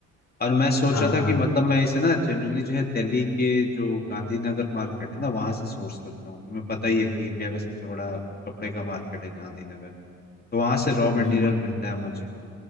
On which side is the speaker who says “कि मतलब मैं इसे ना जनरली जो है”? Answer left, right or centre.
Left